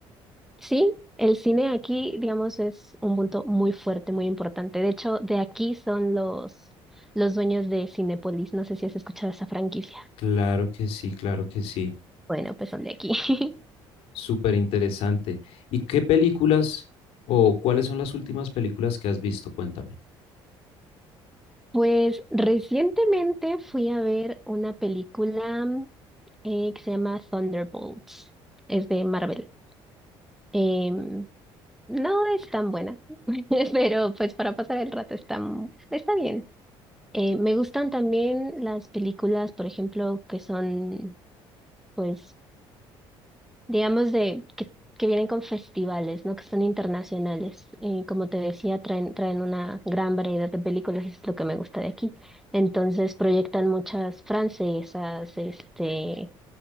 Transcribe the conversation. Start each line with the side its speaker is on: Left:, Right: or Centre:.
Centre: sí, el cine aquí, digamos, es un punto muy fuerte, muy importante. De hecho, de aquí son los, los dueños de Cinépolis. No sé si has escuchado esa franquicia.
Left: claro que sí, claro que sí,
Centre: Bueno, pues son de aquí. <laughs>
Left: súper interesante. ¿Y qué películas o cuáles son las últimas películas que has visto? Cuéntame.
Centre: Pues recientemente fui a ver una película eh, que se llama Thunderbolts. Es de Marvel. Em, no es tan buena, <laughs> pero pues para pasar el rato está, está bien. Eh, me gustan también las películas, por ejemplo, que son, pues, digamos, de que, que vienen con festivales, ¿no? Que son internacionales. Eh, como te decía, traen, traen una gran variedad de películas, y es lo que me gusta de aquí. Entonces, proyectan muchas francesas, este,